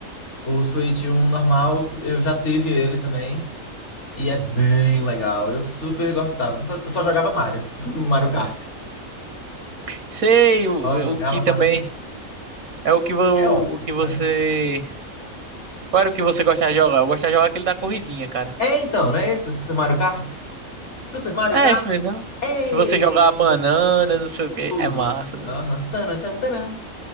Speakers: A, on the left; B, on the right.
A: o Switch um normal, eu já tive ele também. E é bem legal. Eu super gostava. Só, eu só jogava Mario. <laughs> Mario Kart.
B: Sei, o,
A: Só jogava
B: o que
A: Mario
B: também.
A: Kart.
B: É o que, vo-
A: É ótimo.
B: o que você.
A: mas-
B: Qual era o que você gostava de jogar? Eu gostava de jogar aquele da corridinha, cara.
A: É então, não é esse o Super Mario Kart? Super Mario
B: É
A: Kart?
B: isso mesmo.
A: É
B: Que você jogar a banana, não sei o que,
A: tudo.
B: É massa.
A: Aham. Tanã, tanã tanã.